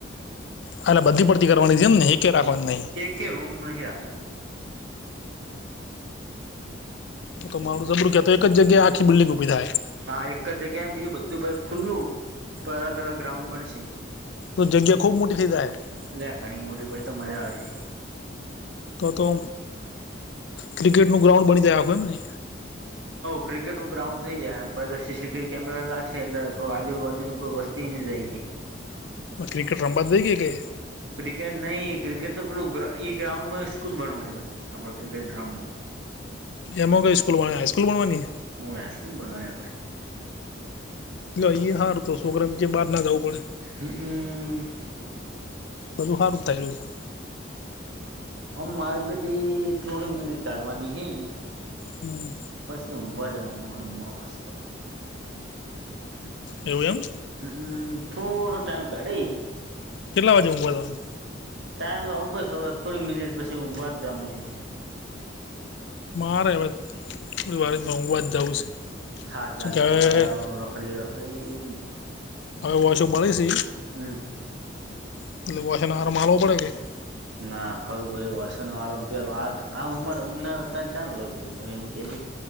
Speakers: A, on the left; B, on the right.
A: એાલે બધી પડતી કરવાની જે એમ ને એકય રાખવાની નહી.
B: તે રૂમ નહી રાખવાની
A: હ તો મારું જબરુ ક તો એક જગ્યાએ આખી બિલ્ડંગ ઉભી થાય
B: હા એક જગ્યાએ બીજું બધું ભ ખુલ્લું પણ અલગ અલગ ગ્રાઉન્ડ બનશે.
A: તો જગ્યા ખુબ મોટી થઈ જાહે
B: એલા ઘણી મોટી થઈ તો મજા આવશે
A: તો તો ક્રિકેટ નું ગ્રાઉન્ડ બની જાહે એમને
B: ક્રિકેટ નું ગ્રાઉન્ડ થઈ જાહે પહી તો સી સી ટીવી કેમેરા લાગશે એટલે કોઈ આજુબાજુની કોઈ વસ તી ને જાયકે
A: ક્રિકેટ રમવા દઈ કે કે
B: ક્રિકેટ નહી ક્રિકેટ તો પેલું ગ્રાઉન્ડમાં સ્કૂલ બનવાની પડી આપ ક્રિકેટ ગ્રાઉન્ડમાં
A: એમાં કઈ સ્કૂલ બનવાની હાઈસ્કૂલણ બનવાની
B: હું હાઇસ્કુલ બનાવાની આપડે
A: લો ઈ હારું તો છોકરાવ ને કે બહાર ના જવું પડે
B: હમ
A: બધું સારું થાય રહ્યું છે.
B: હમ મારે બધી થોડી મિનિટ કાઢવાની હે.
A: હમ
B: પછી ઊંઘવા જવાનું હે મસ્ત
A: એવું એમ?
B: હમમ થોડો ટાઈમ કાઢી
A: કેટલા? <unintelligible>
B: ટાઈમ બસ હવે થોડી મિનિટ પછી ઊંઘવા જવાનું સીધું
A: મારે હવ થોડી વારમાં ઊંઘવા જવું છે.
B: થાક લાગ્યો
A: કે હવે
B: આખા દાળાનો રખડી રખડીન
A: હવે ઓશો બળે છે.
B: હમ
A: <unintelligible>
B: ના ખરું ભાઈ વર્ષ નો આરંભ પેલા આ ઉમર <inaudible>